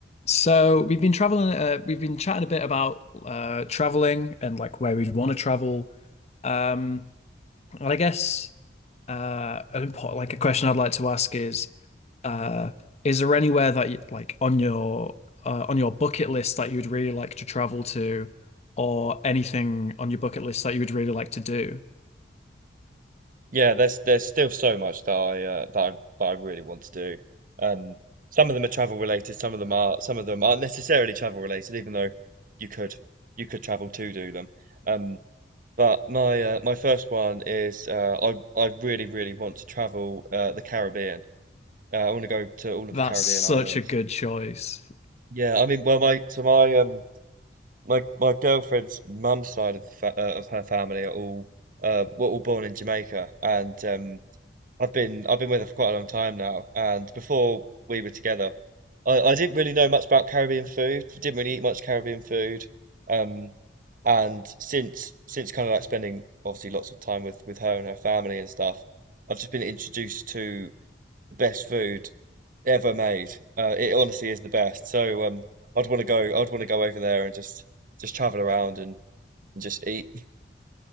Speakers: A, on the left; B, on the right.
A: So we've been traveling, uh, we've been chatting a bit about uh, traveling and like where we'd want to travel. Um, and I guess uh, an important, like a question I'd like to ask is, uh, is there anywhere that you, like on your uh, on your bucket list that you'd really like to travel to, or anything on your bucket list that you would really like to do?
B: Yeah, there's there's still so much that I uh, that I, that I really want to do. Um, some of them are travel related, some of them are some of them aren't necessarily travel related, even though you could you could travel to do them. Um, but my uh, my first one is uh, I I really really want to travel uh, the Caribbean. Uh, I want to go to all of
A: That's
B: the Caribbean
A: such
B: islands.
A: a good choice.
B: Yeah, I mean, well, my so my um my my girlfriend's mum's side of the fa uh, of her family are all uh were all born in Jamaica, and um I've been I've been with her for quite a long time now, and before we were together, I, I didn't really know much about Caribbean food. Didn't really eat much Caribbean food, um, and since since kind of like spending obviously lots of time with with her and her family and stuff, I've just been introduced to the best food ever made. Uh, it honestly is the best. So um, I'd want to go. I'd want to go over there and just just travel around and, and just eat.